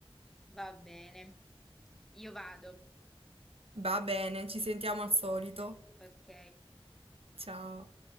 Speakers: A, in the centre; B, on the right (about 75°).
A: Va bene. Io vado,
B: Va bene, ci sentiamo al solito.
A: ok?
B: Ciao.